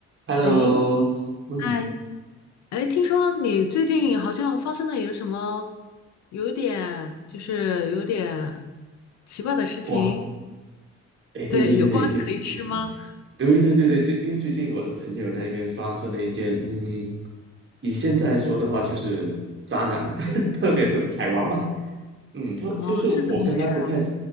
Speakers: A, on the right; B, on the left.
A: Hello，
B: 哎，
A: 嗯，
B: 嗨，哎，听说你最近好像发生了有什么有一点就是有点奇怪的事情，
A: 瓜，哎，对对对对，
B: 对，有瓜可以吃吗？
A: 其实其实，对对对对，最因为最近我的朋友那边发生了一件，嗯，以现在来说的话，就是渣男，<laughs> 特别特别海王嘛，嗯，他就是我跟他不太，
B: 哦，是怎么回事儿啊？